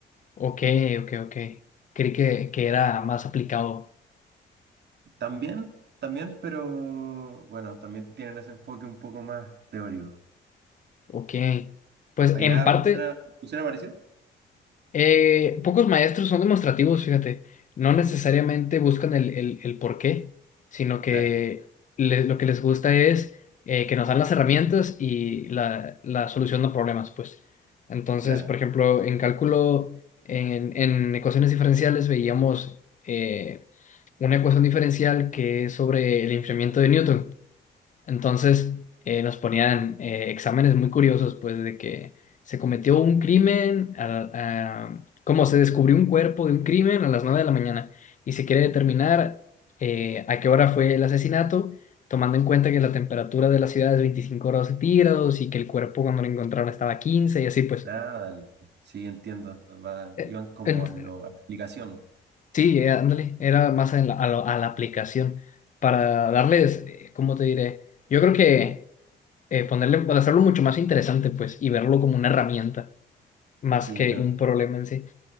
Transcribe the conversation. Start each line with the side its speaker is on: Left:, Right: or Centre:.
Left: Ok, ok, ok. Creí que, que era más aplicado.
Right: También, también, pero bueno, también tienen ese enfoque un poco más teórico.
Left: Ok. Pues
Right: ¿Allá
Left: en parte,
Right: funciona, funciona parecido?
Left: Eh, pocos maestros son demostrativos, fíjate. No necesariamente buscan el, el, el por qué, sino que
Right: Claro,
Left: le- lo que les gusta es eh, que nos dan las herramientas y la, la solución a problemas, pues. Entonces,
Right: claro.
Left: por ejemplo, en cálculo, en, en ecuaciones diferenciales veíamos eh, una ecuación diferencial que es sobre el enfriamiento de Newton. Entonces eh, nos ponían eh, exámenes muy curiosos, pues de que se cometió un crimen, a- a- como se descubrió un cuerpo de un crimen a las 9 de la mañana y se quiere determinar eh, a qué hora fue el asesinato, tomando en cuenta que la temperatura de la ciudad es 25 grados centígrados y que el cuerpo cuando lo encontraron estaba a 15 y así pues.
Right: Ah, dale. Sí, entiendo. Va-
Left: Eh,
Right: iban como
Left: ent-
Right: a, lo, a la aplicación.
Left: sí, eh, ándale, era más en la- a, lo- a la aplicación para darles, eh, ¿cómo te diré? Yo creo que... eh, ponerle, pues, hacerlo mucho más interesante, pues, y verlo como una herramienta más
Right: Sí,
Left: que
Right: entiendo.
Left: un problema en sí.